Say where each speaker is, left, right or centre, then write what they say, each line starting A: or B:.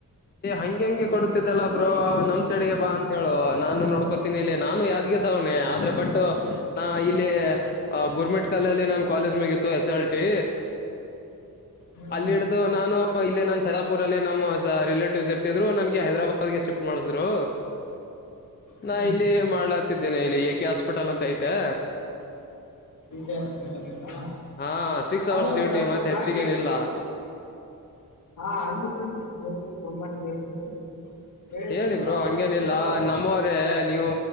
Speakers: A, on the left (about 30°); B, on the left (about 60°).
A: ಏ ಹಂಗೆ ಹೆಂಗಗೆ ಕೊಡತಿದ್ದಲ್ಲ ಬ್ರೋ ನಮ್ ಸೈಡ್ಗೆ ಬಾ ಅಂತ ಹೇಳು ನಾನು ನೋಡ್ಕೋತೀನಿ ಇಲ್ಲಿ ನಾನು ಯಾದ್ಗೀದವ್ನೇ ಆದ್ರೆ ಬಟ್ ನಾ ಇಲ್ಲಿ ಗೋರ್ಮೆಂಟ್ ಕಾಲಲ್ಲಿ ನಾನ ಕಾಲೇಜ್ ಮಗಿತ್ತು ಎಸ್ ಎಲ್ ಟಿ
B: ಹ್ಮ್
A: ಅಲ್ಲಿ ಹಿಡ್ದು ನಾನು ಇಲ್ಲ ನ ಸಲಾಪುರ್ ಅಲ್ಲಿ ನಮ್ಮ್ ರಿಲೇಟ್ ಸ ಇರ್ತಿದ್ರು ನನ್ಗೆ ಹೈದರಾಬಾದ್ ಗೆ ಶಿಫ್ಟ್ ಮಾಡಸಿದ್ರು
B: ಹ್ಮ್
A: ನಾ ಇಲ್ಲಿ ಮಾಡ್ಲಾತಿದ್ದೇನೆ ಇಲ್ಲಿ ಏ ಕೆ ಹಾಸ್ಪಿಟಲ್ ಅಂತ ಐತೆ
B: <unintelligible>
A: ಹಾ ಸಿಕ್ಸ್ ಅವರ್ಸ್ ಡ್ಯೂಟಿ ಮತ್ತೆ ಹೆಚ್ಚಿಗೇನಿಲ್ಲ
B: ಹಾ <unintelligible> ಕೇಳಿ
A: ಹೇಳಿ
B: ಹೇಳ್ತೀನಿ
A: ಬ್ರೋ ಹಂಗೇನಿಲ್ಲ
B: ಅಂದ್ರು
A: ನಮ್ಮವರೇ ನೀವು